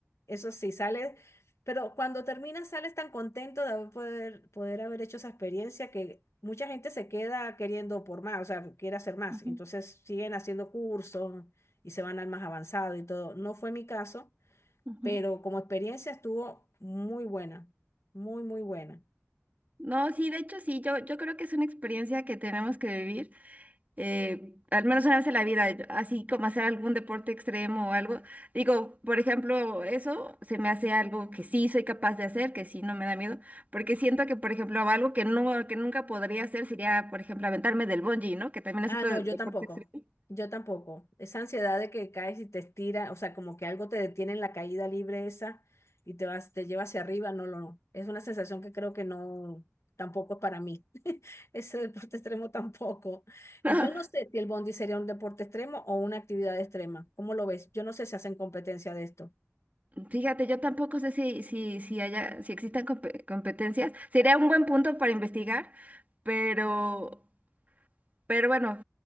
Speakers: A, on the left; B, on the right.
A: Eso sí, sales, pero cuando terminas sales tan contento de haber poder, poder haber hecho esa experiencia que mucha gente se queda queriendo por más, o sea, quiere hacer más.
B: Ujú,
A: Entonces siguen haciendo cursos y se van al más avanzado y todo. No fue mi caso,
B: ujú.
A: pero como experiencia estuvo muy buena, muy, muy buena.
B: No, sí, de hecho sí, yo, yo creo que es una experiencia que tenemos que vivir. eh, al menos una vez en la vida, yo- así como hacer algún deporte extremo o algo. Digo, por ejemplo, eso se me hace algo que sí soy capaz de hacer, que sí no me da miedo, porque siento que, por ejemplo, algo que no, que nunca podría hacer sería, por ejemplo, aventarme del bungee, ¿no? Que también es
A: Ah,
B: otro
A: no,
B: de-
A: yo
B: deporte
A: tampoco.
B: extremo.
A: Yo tampoco. Esa ansiedad de que caes y te estira, o sea, como que algo te detiene en la caída libre esa y te vas, te lleva hacia arriba, no, no, no. Es una sensación que creo que no, tampoco es para mí. <laughs> Ese deporte extremo tampoco. Igual
B: <laughs>
A: no sé si el bondi sería un deporte extremo o una actividad extrema. ¿Cómo lo ves? Yo no sé si hacen competencia de esto.
B: Fíjate, yo tampoco sé si, si, si haya, si existan compe- competencias. Sería un buen punto para investigar, pero, pero bueno,